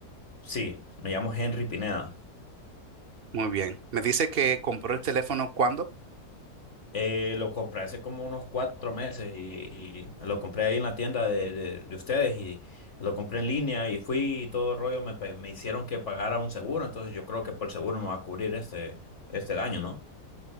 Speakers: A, on the left (about 50°); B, on the right (about 45°).
A: Sí, me llamo Henry Pineda.
B: Muy bien. ¿Me dice que compró el teléfono cuándo?
A: Eh, lo compré hace como unos cuatro meses y, y lo compré ahí en la tienda de, de- de ustedes y lo compré en línea y fui y todo el rollo me, pe- me hicieron que pagara un seguro, entonces yo creo que por seguro me va a cubrir este, este daño, ¿no?